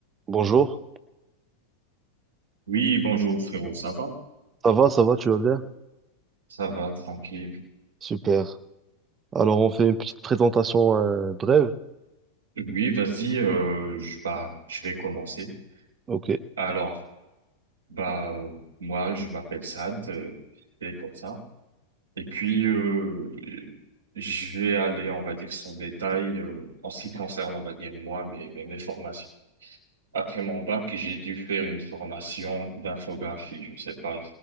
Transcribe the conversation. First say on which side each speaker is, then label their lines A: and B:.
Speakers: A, on the right; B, on the right.
A: Bonjour,
B: Oui, bonjour frérot, ça va?
A: ça va, ça va, tu vas bien?
B: Ça va, tranquille.
A: Super. Alors on fait une petite présentation euh, brève.
B: Oui, vas-y, euh, je, bah, je vais commencer.
A: Ok,
B: Alors, bah, euh, moi, je m'appelle Sad, euh, et comme ça. Et puis, euh, je vais aller, on va dire, sans détail, euh, en ce qui concerne, on va dire, moi, mes, mes, mes formations. Après mon bac, j'ai dû faire une formation d'infographie. Je ne sais pas